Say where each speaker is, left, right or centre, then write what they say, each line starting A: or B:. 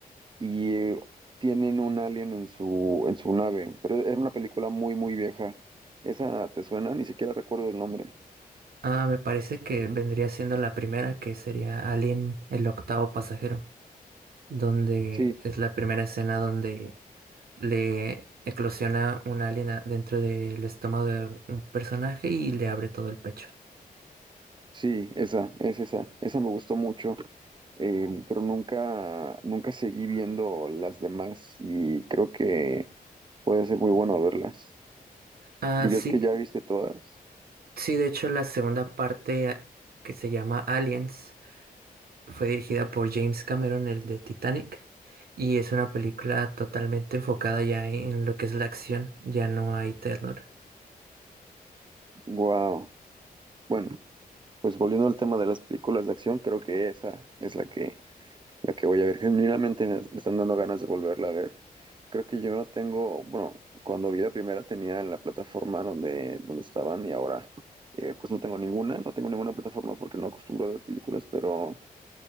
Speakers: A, on the right; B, on the right.
A: y eh, tienen un alien en su, en su nave, pero era una película muy, muy vieja. ¿Esa te suena? Ni siquiera recuerdo el nombre.
B: Ah, me parece que vendría siendo la primera, que sería Alien, el octavo pasajero, donde
A: Sí,
B: es la primera escena donde le eclosiona un alien a- dentro del estómago de un personaje y le abre todo el pecho.
A: sí, esa, es esa. Esa me gustó mucho, eh, pero nunca, nunca seguí viendo las demás y creo que puede ser muy bueno verlas.
B: Ah,
A: ¿Dirías
B: sí,
A: que ya viste todas?
B: sí, de hecho la segunda parte ah, que se llama Aliens. Fue dirigida por James Cameron, el de Titanic, y es una película totalmente enfocada ya en lo que es la acción, ya no hay terror.
A: Wow. Bueno, pues volviendo al tema de las películas de acción, creo que esa es la que la que voy a ver. Genuinamente me, me están dando ganas de volverla a ver. Creo que yo no tengo, bueno, cuando vi la primera tenía la plataforma donde, donde estaban y ahora eh, pues no tengo ninguna, no tengo ninguna plataforma porque no acostumbro a ver películas, pero